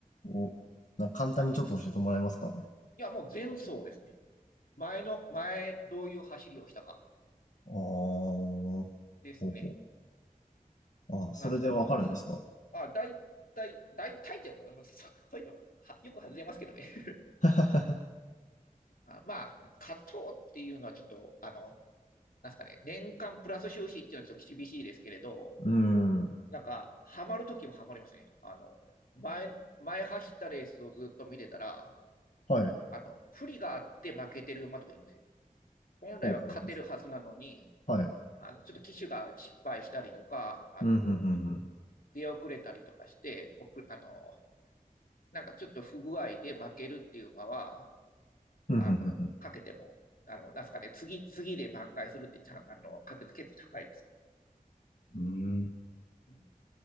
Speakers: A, on the left; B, on the left.
A: お、なんか簡単にちょっと教えてもらえますかああ
B: や、もう前走ですね。前の、前、どういう走りをしたか
A: ほ
B: ですね。
A: うほう。あ、それでわかるんですか
B: なんですかね。あ、大体、大体でも、もうそ、そういうのは、はよく外れますけどね。<laughs>
A: <laughs>
B: あ、まあ、勝とうっていうのはちょっと、あの、なんですかね、年間プラス収支っていうのはちょっと厳しいですけれど、
A: うーん。
B: なんか、ハマるときもハマりますね。あの、前、前走ったレースをずっと見てたら、
A: はい。
B: あの、不利があって負けてる馬とかいるんですよ。本来は勝てるはずなのに、
A: ほうほう。はい。
B: あの、ちょっと騎手が失敗したりとか、あの、
A: うん、ふんふんふん。
B: 出遅れたりとかして、あの、なんかちょっと不具合で負けるっていう馬は、
A: うん、
B: あの、
A: ふんふんふん。
B: かけても、あの、なんすかね、次、次で挽回するってちゃん、あの、確率結構高いです。
A: うーん。
B: うん